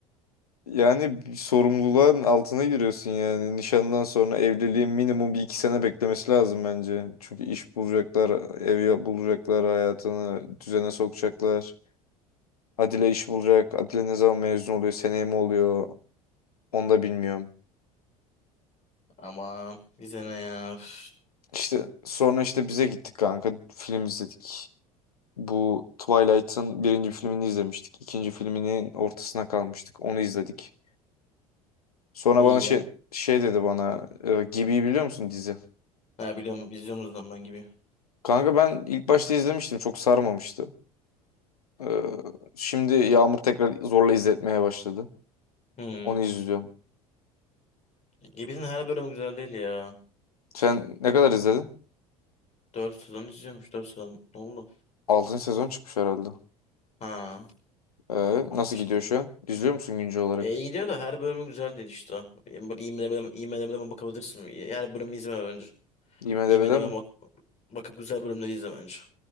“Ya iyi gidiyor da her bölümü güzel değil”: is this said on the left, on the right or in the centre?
Left